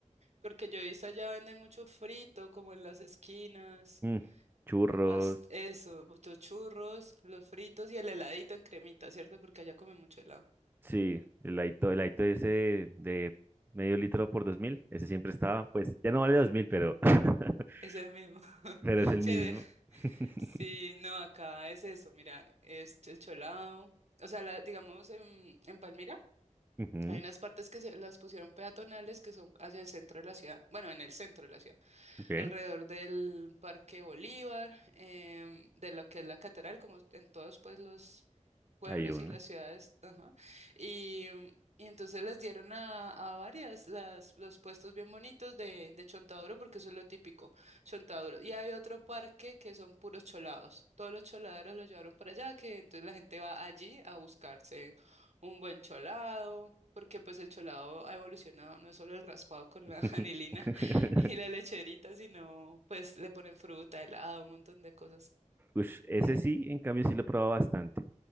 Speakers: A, on the right; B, on the right.
A: porque yo he visto allá venden mucho frito, como en las esquinas.
B: Mm, churros.
A: Bast eso, los churros, los fritos y el heladito en cremita, ¿cierto? Porque allá comen mucho helado.
B: Sí, el Aito, el Aito ese de, de medio litro por 2000, ese siempre estaba, pues ya no vale 2000, pero, <laughs>
A: Es el mismo. <laughs>
B: pero es el
A: Sí,
B: mismo.
A: de-
B: <laughs>
A: sí, no, acá es eso, mira, es el cholado. O sea, la- digamos en, en Palmira
B: Ujú,
A: hay unas partes que se las pusieron peatonales que son hacia el centro de la ciudad. Bueno, en el centro de la ciudad.
B: ok,
A: alrededor del Parque Bolívar, em, de lo que es la catedral, como en todos pues los pueblos
B: hay uno.
A: y las ciudades, ajá. Y, y entonces les dieron a, a varias las, los puestos bien bonitos de, de chontaduro, porque eso es lo típico, chontaduro. Y hay otro parque que son puros cholados. Todos los choladeros los llevaron para allá, que entonces la gente va allí a buscarse un buen cholado. Porque pues el cholado ha evolucionado, no es solo el raspado con
B: <laughs>
A: la <laughs> anilina, <laughs> Y la lecherita, si no, pues le ponen fruta, helado, un montón de cosas.
B: Ush, ese
A: Sí.
B: sí, en cambio sí lo he probado bastante.